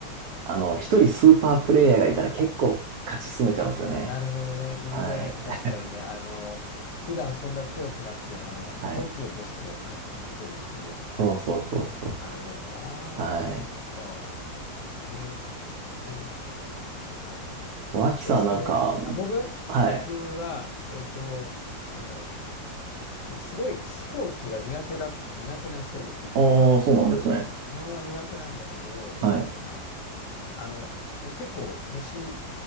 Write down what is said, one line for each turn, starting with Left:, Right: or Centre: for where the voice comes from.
Right: あの、一人スーパープレイヤーがいたら結構勝ち進めちゃうんですよね。
Left: あ、なるほどね。いるね。
Right: はい。
Left: 確かにね。あの、普段そんな強くなくても、あの、
Right: はい。
Left: 突如として勝ち続けるっていう。うん。
Right: そうそうそうそう。
Left: なるほどな。
Right: はい。
Left: そっか。へえ。なるほど、なるほど。
Right: 脇さんなんか、
Left: え、それ、あ、僕、
Right: はい。
Left: 僕は、えっと、なんだろう。僕、すごいスポーツが苦手だ、苦手な人で、基本は。
Right: ああ、そうなんですね。
Left: 基本は苦手なんだけど、
Right: はい。
Left: なんだっけな。あの、僕結構、年